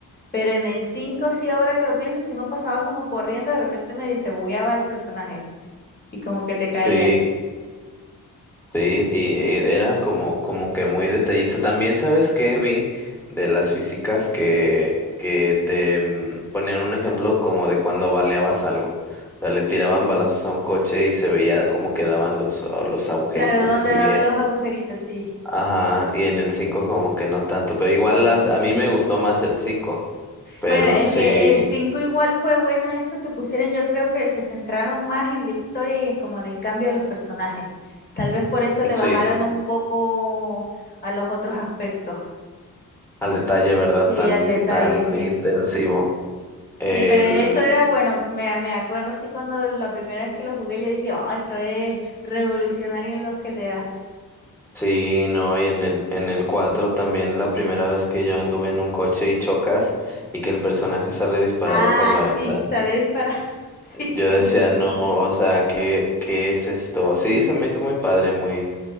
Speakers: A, on the left; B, in the centre.
A: pero en el 5 sí, ahora que lo pienso, si uno pasaba como corriendo, de repente medio se bugueaba el personaje y como que te caía.
B: <laughs> sí. Sí, y, eh, era como, como que muy detallista. También sabes que vi de las físicas que, que te mm, ponían un ejemplo como de cuando baleabas algo. O sea, le tiraban balazos a un coche y se veía como quedaban los, oh, los agujeritos
A: Claro, ¿dónde
B: así
A: daba
B: bien.
A: los agujeritos? Sí.
B: Ajá, y en el 5 como que no tanto, pero igual
A: Mm.
B: las- a mí me gustó más el cinco pero
A: Bueno, es
B: sí,
A: que el 5 igual fue bueno eso que pusieron, yo creo que se centraron más en la historia y en- como en el cambio de los personajes. Tal vez por eso le
B: sí,
A: bajaron un poco a los otros aspectos.
B: al detalle, ¿verdad?
A: Sí,
B: Tan,
A: al detalle,
B: tan
A: sí.
B: intensivo.
A: Sí,
B: el
A: pero eso era bueno, me, me acuerdo sí cuando la primera vez que lo jugué yo dije, oh, esto es revolucionario en los GTA.
B: Sí, no, y en el, en el 4 también la primera vez que yo anduve en un coche y chocas y que el personaje sale disparado
A: Ah,
B: por la ventana.
A: sí, sale disparado <laughs> Sí,
B: Yo
A: es
B: decía,
A: muy bueno.
B: no, o sea, ¿qué, qué es esto? Sí, se me hizo muy padre, muy,